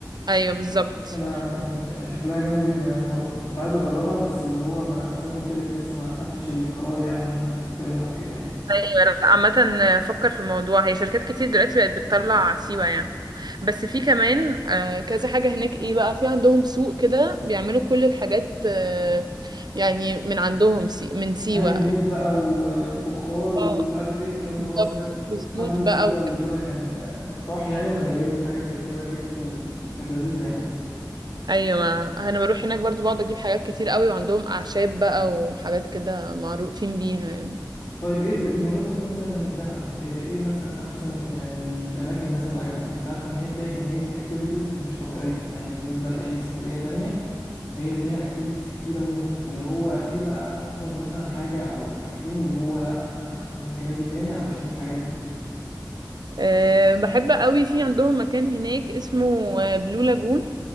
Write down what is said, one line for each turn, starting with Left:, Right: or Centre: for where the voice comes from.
Right: ايوه بالظبط
Left: لا عامة ش- شكلها جامدة جدا أنا حاول- كنت عايز أجربها بس اللي هو ما زي ما قلت لك لسه ما خدتش القرار يعني إن أنا أسافرها أو كده يعني
Right: ايوه لأ، عامة فكر في الموضوع هي شركات كتير دلوقتي بقت بتطلع سيوة يعني بس في كمان آه، كذا حاجة هناك ايه بقى في عندهم سوق كده بيعملوا كل الحاجات آه، يعني من عندهم سي من سيوة
Left: هاند ميد بقى وفخار ومش
Right: اه
Left: عارف إيه الكلام
Right: بالظبط
Left: ده أه سمعت
Right: بزيوت
Left: حد من
Right: بقى
Left: صحابي
Right: و...
Left: قبل كده كان آه، راح يعني وكان جايب لي حاجة زي كده جيفت وكانت لذيذة يعني
Right: ايوه انا بروح هناك برضو بقعد اجيب حاجات كتير قوي وعندهم اعشاب بقى وحاجات كده معروفين بيها يعني
Left: طيب إيه ب- بمناسبة مثلا دهب إيه إيه مثلا أحسن يعني الأماكن مثلا اللي عجبتك أنت عارفة إن هي فيها كمية أكتيفيتيز مش طبيعية يعني بالنسبة لأي سفرية تانية هي فيها اكتيفيتيز كتيرة موت فاللي هو ايه بقى اكتر مثلا حاجة او حاجتين اللي هو لا انا انا ممكن اجي تاني علشان الحاجات دي
Right: أه بحب قوي في عندهم مكان هناك اسمه آه، بلو لاجون